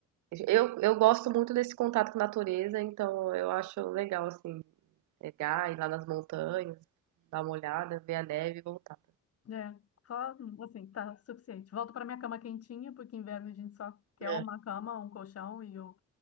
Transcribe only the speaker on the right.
eu, eu gosto muito desse contato com a natureza, então eu acho legal, assim, pegar, ir lá nas montanhas, dar uma olhada, ver a neve e voltar.
É,